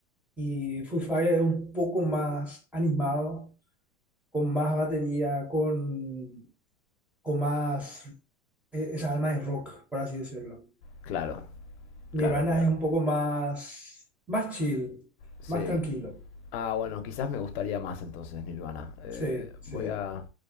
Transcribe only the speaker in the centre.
Y Foo Fighters es un poco más animado, con más batería, con, con más... e- Esa alma de rock, por así decirlo.
Nirvana
es un poco más, más chill,
más tranquilo.
Sí, sí.